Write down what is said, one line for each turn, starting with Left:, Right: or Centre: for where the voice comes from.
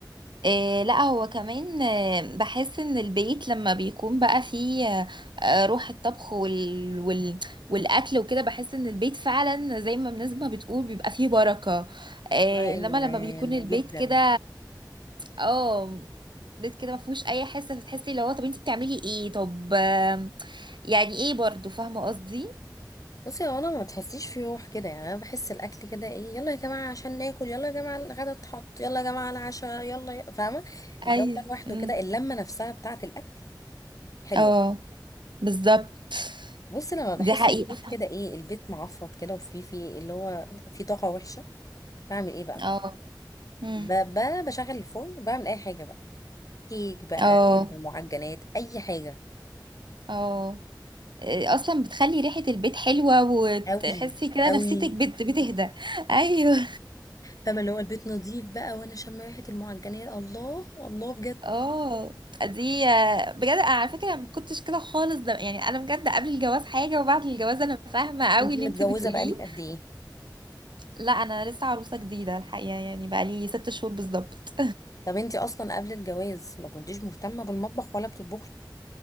Right: آه لا هو كمان آه بحس ان البيت لما بيكون بقى فيه آه آه، روح الطبخ وال وال والاكل وكده بحس ان البيت فعلا زي ما الناس ما بتقول بيبقى فيه بركة آه
Left: من ايوان
Right: انما لما بيكون البيت
Left: جدا
Right: كده اه بيت كده ما فيهوش اي حس فتحسي اللي هو طب انت بتعملي ايه طب آه يعني ايه برضو فاهمة قصدي
Left: بصي هو انا ما تحسيش في روح كده يعني انا بحس الاكل كده ايه يلا يا جماعه عشان ناكل يلا يا جماعه الغدا اتحط يلا يا جماعه العشاء يلا ي- فاهمه الجو
Right: ايوه
Left: ده لوحده
Right: مم.
Left: كده اللمه نفسها بتاعه الاكل حلوه
Right: اه بالظبط
Left: بصي لما بحس
Right: دي حقيقة
Left: البيت كده ايه البيت معفط كده وفي في اللي هو في طاقه وحشه بعمل ايه بقى
Right: اه مم.
Left: ب- ب- بشغل الفرن وبعمل اي حاجه بقى. كيك بقى
Right: اه
Left: معجنات اي حاجه
Right: اه آه، اصلا بتخلي ريحة البيت حلوة وتحسي
Left: قوي
Right: كده
Left: قوي
Right: نفسيتك بت- بتهدى <laughs> ايوه
Left: فاهمه اللي هو البيت نظيف بقى وانا شم ريحه المعجنات الله الله بجد
Right: اه دي آه، بجد انا على فكرة ما كنتش كده خالص ده يعني انا بجد قبل الجواز حاجة وبعد الجواز انا فاهمة قوي
Left: انتي
Right: اللي
Left: متجوزه
Right: انت بتقوليه
Left: بقالك قد ايه
Right: لا انا لسه عروسة جديدة الحقيقة يعني بقالي ست شهور بالظبط
Left: طب انتي اصلا قبل الجواز ما كنتيش مهتمه بالمطبخ ولا بتطبخي